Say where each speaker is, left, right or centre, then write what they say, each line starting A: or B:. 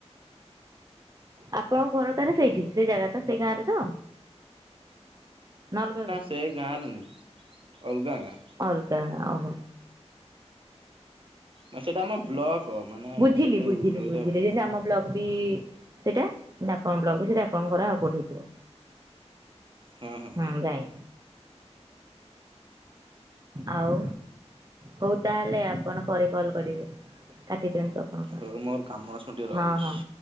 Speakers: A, on the right; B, on the right.
A: ଆପଣଙ୍କ ଘର ତାର ସେଇଠି। ସେଇ ଜାଗା ତ, ସେଇ ଗାଁରେ ତ। ନା ଅଲଗା
B: ସେ ଗାଁରେ ନୁହଁ ଅଲଗା ଗାଁ
A: ଅଲଗା ଓହୋ।
B: ନା ସେଇଟା ଆମ ବ୍ଲକ। ମାନେ
A: ବୁଝିଲି,
B: ସେ ଯୋଉ
A: ବୁଝିଲି,
B: ଇଏରେ
A: ବୁଝିଲି
B: ଆଉ
A: ଯେମିତି ଆମ ବ୍ଲକ। ବି ସେଇଟା ନା କଣ ବ୍ଲକ ସେଇଟା, ଆପଣଙ୍କର ଆଉ କଠେଇଥିବ।
B: ହଁ ହଁ
A: ହୁଁ। ଯାଇଁ ଆଉ ହୋଉ ତାହେଲେ, ଆ ଆପଣ ପରେ କଲ୍ କରିବେ। କାଟି ଦିଅନ୍ତୁ। ଆପଣଙ୍କ
B: ହୋଉ
A: ଆଡ଼ୁ
B: ମୋର କାମ ଅଛି, ଟିକେ ରହୁଛି।
A: ହଁ ହଁ